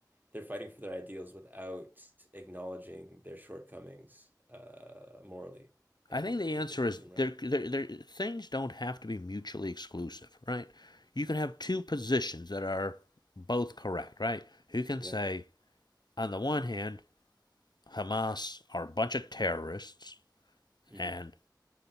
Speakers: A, on the right; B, on the left.
A: they're fighting for their ideals without acknowledging their shortcomings uh, morally, and
B: I think
A: it,
B: the
A: it
B: answer
A: doesn't
B: is
A: seem right.
B: there, there, there, things don't have to be mutually exclusive, right? You can have two positions that are both correct, right? You can
A: Yeah.
B: say, on the one hand, Hamas are a bunch of terrorists
A: hmm
B: and